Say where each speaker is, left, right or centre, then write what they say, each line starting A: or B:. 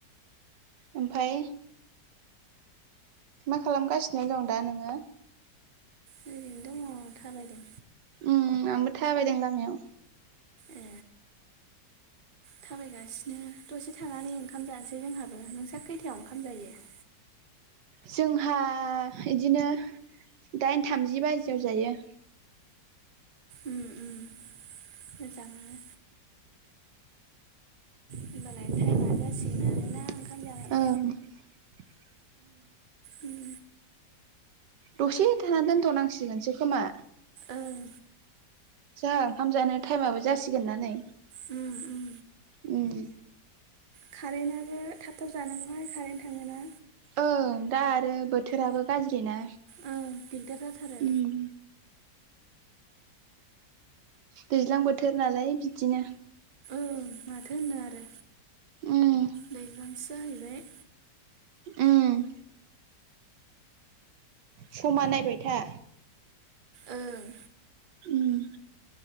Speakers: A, on the right (about 75°); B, on the right (about 30°).
A: ओमफ्राय मा खालामगासिनो दं दा नोङो?
B: ओरैनो दङ थाबायदों।
A: उम आंबो थाबायदों लामायाव।
B: ए थाबायगासिनो दसे थानानै ओंखाम जानोसै जोंहाबो नोंस्रा खैथायाव ओंखाम जायो? <inaudible>
A: जोंहा इदिनो दाइन थामजि बाजियाव जायो।
B: उम उम मोजाङानो। होमबालाय टाइमा जासिगोन
A: औ
B: आरोना ओंखाम जानायनि उम
A: दसे थाना दोनथ'नांसिगोनसो खोमा?
B: ओं
A: जाहा ओंखाम जानो टाइमाबो जासिगोन ना नै।
B: उम उम
A: उम
B: कारेन्टआबो थाब थाब जानांगौहाय कारेन्ट थाङो ना।
A: ओं दा आरो बोथोराबो गाज्रि ना।
B: औ दिगदार जाथारो।
A: उम दैज्लां बोथोर नालाय बिदिनो।
B: ओं माथो होननो आरो
A: उम
B: दैज्लांसो जाहैबाय
A: उम समा नायबाय था
B: ओं
A: उम